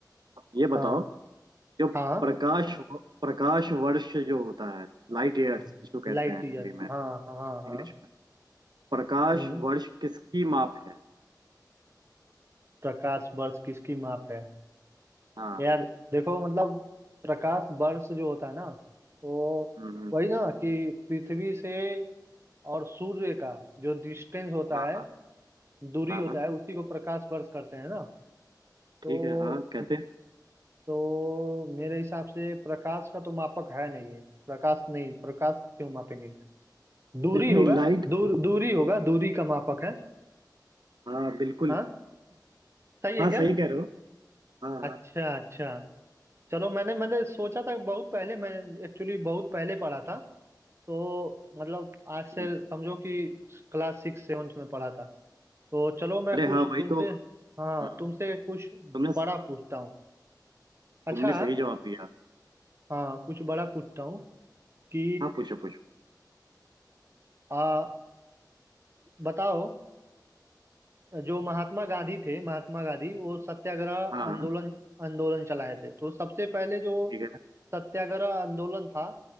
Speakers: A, on the right (about 75°); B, on the right (about 35°).
A: ये बताओ
B: हाँ
A: जो
B: हाँ
A: प्रकाश प्रकाश वर्ष जो होता है लाइट ईयर्स
B: हाँ
A: जिसको कहते
B: लाइट
A: हैं
B: ईयर
A: हिंदी में
B: हाँ हाँ हाँ
A: इंग्लिश
B: हाँ
A: में प्रकाश
B: हम्म
A: वर्ष किसकी माप है
B: प्रकाश वर्ष किसकी माप है
A: हाँ
B: यार देखो मतलब प्रकाश वर्ष जो होता है ना तो
A: हम्म,
B: वही ना कि पृथ्वी से और सूर्य का जो डिस्टेंस होता
A: हाँ
B: है
A: हाँ
B: दूरी
A: हाँ
B: होता
A: हाँ
B: है उसी को प्रकाश वर्ष करते हैं ना तो
A: ठीक है हाँ कहते हैं
B: तो मेरे हिसाब से प्रकाश का तो मापक है नहीं है प्रकाश नहीं प्रकाश क्यों मापेंगे दूरी
A: नहीं
B: होगा
A: नहीं लाइट
B: दूर दूरी होगा दूरी का मापक है
A: हाँ बिल्कुल
B: हाँ सही है
A: हाँ
B: क्या
A: सही कह रहे हो हाँ
B: अच्छा
A: हाँ
B: अच्छा चलो मैंने मैंने सोचा था बहुत पहले मैं एक्चुअली बहुत पहले पढ़ा था तो मतलब आज से
A: हम्म,
B: समझो कि क्लास सिक्स सेवन्थ में पढ़ा था तो चलो मैं
A: अरे
B: कुछ
A: हाँ वही
B: तुमसे
A: तो
B: हाँ
A: हाँ,
B: तुमसे कुछ
A: तुमने
B: बड़ा पूछता हूँ अच्छा
A: तुमने सही जवाब दिया
B: हाँ कुछ बड़ा पूछता हूँ कि
A: हाँ पूछो पूछो
B: आ बताओ जो महात्मा गांधी थे महात्मा गांधी वो सत्याग्रह
A: हाँ हाँ
B: आंदोलन आंदोलन चलाए थे तो सबसे पहले जो
A: ठीक है
B: सत्याग्रह आंदोलन था